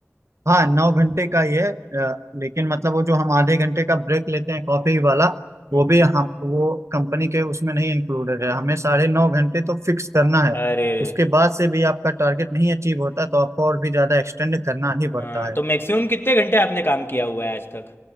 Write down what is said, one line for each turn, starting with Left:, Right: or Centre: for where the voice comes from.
Right: हाँ नौ घंटे का ही है अ, लेकिन मतलब वो जो हम आधे घंटे का ब्रेक लेते हैं कॉफी वाला
Left: हम्म,
Right: वो भी हम वो कंपनी के उसमें नहीं इंक्लूडेड है हमें साढ़े नौ घंटे तो फिक्स करना है
Left: अरे रे
Right: उसके बाद से भी आपका टारगेट नहीं अचीव होता तो आपको और भी ज्यादा एक्सटेंड करना ही
Left: हाँ
Right: पड़ता है
Left: तो मैक्सिमम कितने घंटे आपने काम किया हुआ है आज तक